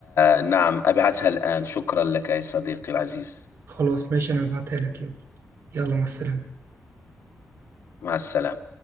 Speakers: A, on the left (about 75°); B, on the right (about 75°).
A: آه نعم أبعثها الآن شكرا لك يا صديقي العزيز
B: خلاص ماشي أنا هبعتها لك يلا يلا مع السلامة
A: مع السلامة